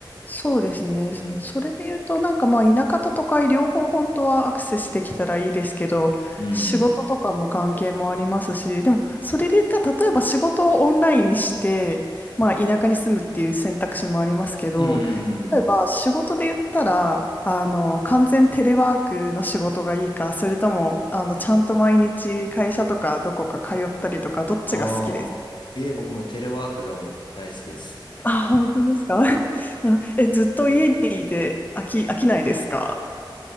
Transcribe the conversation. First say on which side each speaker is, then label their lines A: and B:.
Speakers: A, on the left; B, on the left.
A: そうですね。
B: うん。
A: それで言うと、なんかまあ田舎と都会両方本当はアクセスできたらいいですけど、
B: うん。
A: 仕事とかも関係もありますし、でもそれで言ったら例えば仕事をオンラインにして、まあ田舎に住むっていう選択肢もありますけど、
B: うんうんうんうん。
A: 例えば仕事で言ったら、あの、完全テレワークの仕事がいいか、それとも、あの、ちゃんと毎日会社とかどこか通ったりとか、どっちが好きです
B: ああ。えー、僕もテレワークがもう大好きです。
A: あ、本当ですか <laughs> な、え、ずっと家にいて飽き、飽きないですか